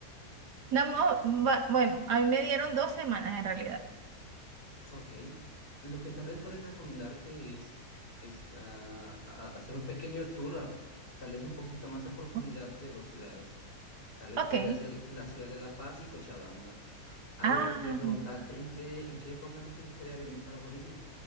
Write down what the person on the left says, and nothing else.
Ok. Lo que tal vez podría recomendarte es, es, ah, a- hacer un pequeño tour, a- tal vez un poquito más a profundidad
de dos ciudades. Tal vez
podría ser la ciudad de La Paz y Cochabamba. Algo
que quería preguntarte, ¿en qué, en qué época te gustaría venir para Bolivia?